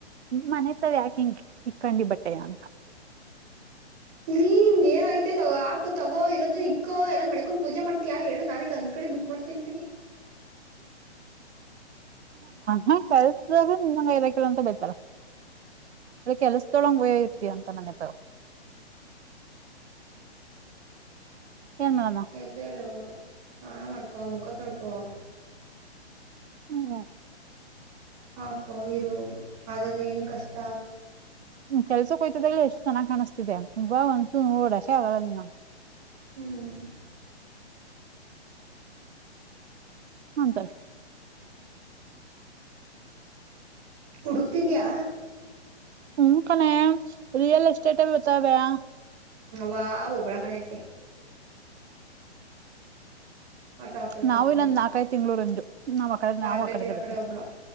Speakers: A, on the right; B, on the right.
A: ಮನೆತಾವ ಯಾಕೆಿಂಗ ಇಕ್ಕಂಡಿ ಬಟ್ಟಯ ಅಂತ
B: ಇಲ್ಲಿೀ ನಿಂಗ ಏನಾಗೈತೆ ತಗೋ ಆಕ ತಗೋ ಇರೋದುು ಇಕ್ಕೋ ಎಏಂದ್ ಮಡ್ಕೊಂಡ್ ಪೂಜೆ ಮಾಡ್ತಯಾ ಹೇಳು ನನನ್ಗ್ ಅಂದ್ ಕಡೆ ಬುಕ್ ಮಾಡ್ತ ತಿಂತಗೆ
A: ಹ ಕೆಲ್ಸ್ರೆ ನಿಮಂಗ ದಕಲಂತ ಬತಾರ <unintelligible> ಕೆಲಸದೊಳಗೆಯೋಗ ಇರ್ತತಿ ಅಂತ ಮನೆತ ಏನ್ ಮಾಡಣ
B: ಎದ್ದೇಳು ಸ್ನಾನ ಮಾಡ್ಕೊ ಮುಖ ತೊಳ್ಕೊ
A: ಹ್ಮ್ೌಾ
B: ಹಾಕೋ ಇರು ಅದೆಲ್ಲ ಏನು ಕಷ್ಟ
A: ಕೆಲ್ಸ ಹೋ್ತಿದ್ದಾಗ ಎಷ್ಟು ಚೆನ್ನ್ ಕಾಣಿಸತಿದೆ ಈ ಒನ್ಸೂನ್ ಓಡ್ಶೆ ಆಗಲ್ಲದನ್ನ
B: ಹ್ಮ್
A: ಹಂತಾರೆ
B: ಹುಡುಕ್ತಿದೆಯಾ
A: ಹ್ಮ ಕಣ ರಿಯಲ್ ಎಸ್ಟೇಟ್ ಬರ್ತಾವ್ಯಾ
B: ಆವಾ ಹೋಗಬೇಡ ಕಣೆ ಅತ್ತಿಗೆ ಆ ಟಾರ್ಚರ್
A: ನಾವೇ
B: ತಡ್ಕೊಂಡು
A: ನಂದ್ ನಾಲ್ಕೈದು ತಿಂಗಂಳೂಂದುು ನಾವ್ ಕಡೆ
B: ಟಾರ್ಗೆಟ್
A: ನಾವು ಆ ಕಡೆದೆ
B: ಇರೋ
A: ಬರ್ತೀವಿ
B: ಕಡೆ ಹೋಗ್ಬಿಡ